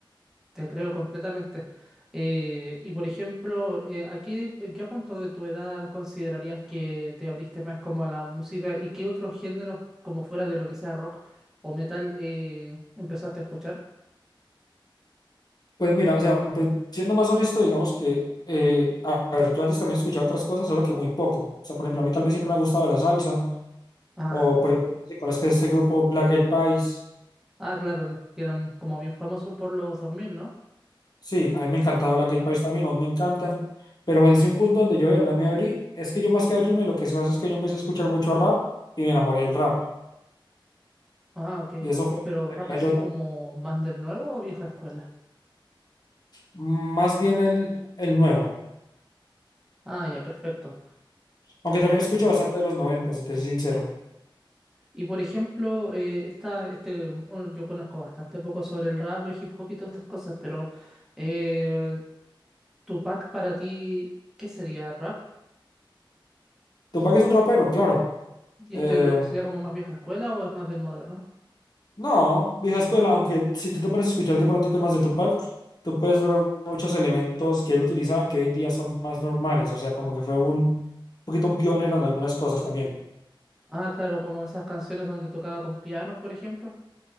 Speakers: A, in the centre; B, on the left.
A: Te creo completamente. Eh, y por ejemplo, eh, ¿a qué- en qué punto de tu edad considerarías que te abriste más como a la música y qué otros géneros, como fuera de lo que sea rock o metal, eh, empezaste a escuchar?
B: Pues mira, o sea, pues siendo más honesto, digamos que, eh, a, a ver, yo antes también escuchaba otras cosas, solo que muy poco. O sea, por ejemplo, a mí tal vez siempre me ha gustado la salsa,
A: Ah,
B: o por ejemplo, si conoces este grupo Black Eyed Peas.
A: ah, claro, que eran como bien famosos por los dos mil, ¿no?
B: Sí, a mí me encantaba Black Eyed Peas también, aún me encantan. Pero bueno, es un punto donde yo de verdad me abrí. Es que yo más que abrirme, lo que se hace es que yo empecé a escuchar mucho rap y me enamoré del rap.
A: Ah, ok.
B: Y eso fue,
A: Pero
B: tenía
A: rap así
B: yo
A: como más del nuevo o vieja escuela.
B: Más bien el, el nuevo.
A: Ah, ya, perfecto.
B: Aunque también escucho bastante de los 90, si te soy sincero.
A: Y por ejemplo, eh, esta, este, bueno, yo conozco bastante poco sobre el rap, el hip hop y todas estas cosas, pero eh, Tupac para ti, ¿qué sería rap?
B: Tupac es un rapero, claro.
A: ¿Y
B: Eh,
A: este lo- sería como más vieja escuela o es más del moderno?
B: no, vieja escuela, aunque si tú te pones a escuchar de pronto temas de Tupac, tú puedes ver muchos elementos que él utilizaba que hoy en día son más normales. O sea, como que fue un un poquito un pionero en algunas cosas también.
A: Ah, claro, como esas canciones donde tocaba con pianos, por ejemplo.